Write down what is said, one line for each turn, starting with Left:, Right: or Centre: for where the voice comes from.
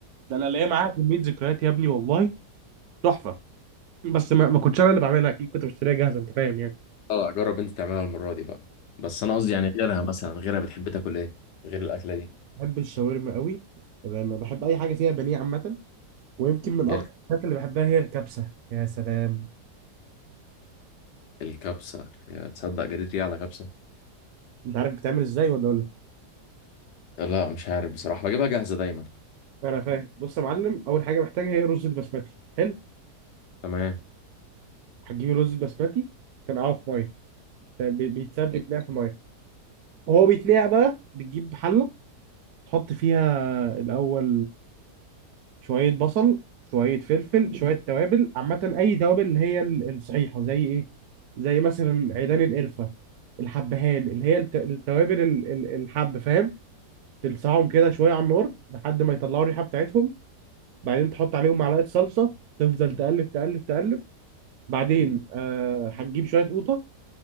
Right: ده انا ليا معاها كميه ذكريات يا ابني والله تحفه بس ما, ما كنتش انا اللي بعملها اكيد كنت بشتريها جاهزه انت فاهم يعني
Left: اه جرب انت تعملها المرة دي بقى بس انا قصدي يعني غيرها مثلا غيرها بتحب تاكل ايه غير الاكلة دي
Right: بحب الشاورما قوي انا بحب اي حاجه فيها بانيه عامه ويمكن من
Left: جاي
Right: اكتر الحاجات اللي بحبها هي الكبسه يا سلام
Left: الكبسة يا تصدق جريت ريقي على كبسة
Right: انت عارف بتعمل ازاي ولا اقول لك
Left: لا مش عارف بصراحة بجيبها جاهزة دايما
Right: انا فاهم بص يا معلم اول حاجه محتاجها هي رز البسمتي حلو
Left: تمام
Right: هتجيب الرز البسمتي تنقعه في ميه بي- بيتساب بيتنقع في ميه وهو بيتنقع بقى بتجيب حله تحط فيها الاول شويه بصل شويه فلفل شويه توابل عامه اي توابل اللي هي ال- الصحيحه زي ايه زي مثلا عيدان القرفه الحبهان اللي هي الت- التوابل ال- ال- الحب فاهم تلسعهم كده شويه على النار لحد ما يطلعوا الريحه بتاعتهم بعدين تحط عليهم معلقه صلصه تفضل تقلب تقلب تقلب بعدين آه هتجيب شويه قوطه